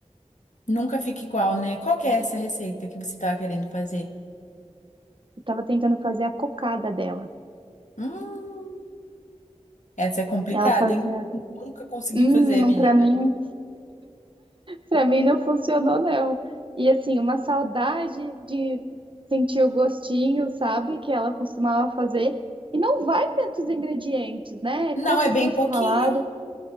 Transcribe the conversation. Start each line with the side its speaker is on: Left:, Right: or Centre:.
Left: Nunca fica igual, né? Qual que é essa receita que você tava querendo fazer?
Right: Eu tava tentando fazer a cocada dela.
Left: Hum, essa é complicada,
Right: Ela fazia,
Left: hein? Nunca consegui
Right: hum,
Left: fazer, menina.
Right: para mim para mim não funcionou, não. E assim, uma saudade de sentir o gostinho, sabe? Que ela costumava fazer. E não vai tantos ingredientes, né? É
Left: Não,
Right: coco
Left: é bem
Right: fresco
Left: pouquinho.
Right: ralado,